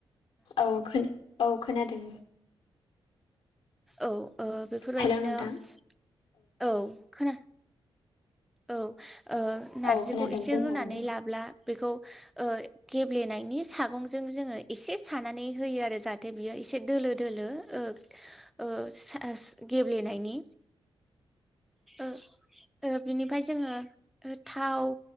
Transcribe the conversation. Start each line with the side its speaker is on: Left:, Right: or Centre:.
Left: औ खोन औ खोनादों।
Centre: औ ओ बेफोरबायदिनो
Left: हेलौ नोंथां।
Centre: औ खोना औ ओ नारजिखौ
Left: औ खोनादों
Centre: एसे
Left: बुंनो
Centre: रुनानै
Left: हागोन दे
Centre: लाब्ला बेखौ ओ गेब्लेनायनि सागं जों जोङो एसे सानानै होयो आरो जाहाथे बियो एसे दोलो दोलो ओं ओ साओ गेब्लेनायनि ओ। ओ बिनिफ्राय जोङो थाव